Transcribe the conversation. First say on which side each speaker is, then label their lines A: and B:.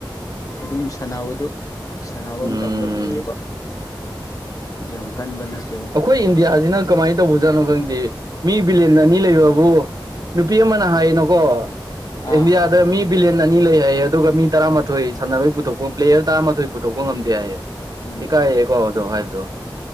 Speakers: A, on the left; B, on the right.
A: ꯑꯗꯨꯝ ꯁꯥꯟꯅꯕꯗꯨ ꯁꯥꯟꯅꯕ
B: ꯎꯝ
A: ꯃꯇꯝꯗ ꯎꯏꯌ‌ꯦꯀꯣ ꯌꯥꯝ ꯀꯟꯕ ꯅꯠ
B: ꯑꯩꯈꯣꯏ ꯏꯟꯗꯤꯌꯥꯖꯤꯅ ꯀꯃꯥꯏꯅ ꯇꯧꯕꯖꯥꯠꯅꯣ ꯈꯪꯗꯦ ꯃꯤ ꯕꯤꯂꯤꯌꯟ ꯑꯅꯤ ꯂꯩꯕꯕꯨ ꯅꯨꯄꯤ ꯑꯃꯅ ꯍꯥꯏꯅꯣꯀꯣ
A: ꯑꯥ
B: ꯏꯟꯗꯤꯌꯥꯗ
A: ꯑꯥ
B: ꯃꯤ ꯕꯤꯂꯤꯌꯟ ꯑꯅꯤ ꯂꯩ ꯍꯥꯏꯌꯦ ꯑꯗꯨꯒ
A: ꯎꯝ
B: ꯃꯤ ꯇꯔꯥꯃꯥꯊꯣꯏꯁꯦ
A: ꯎꯝ
B: ꯁꯥꯟꯅꯔꯣꯏ ꯄꯨꯊꯣꯛꯄ ꯄ꯭ꯂꯦꯌꯔ ꯇꯔꯥꯃꯥꯊꯣꯏ ꯄꯨꯊꯣꯛꯄ ꯉꯝꯗꯦ ꯍꯥꯏꯌꯦ
A: ꯎꯝ
B: ꯏꯀꯥꯏꯔꯦꯀꯣ ꯑꯗꯣ ꯍꯥꯏꯕꯗꯣ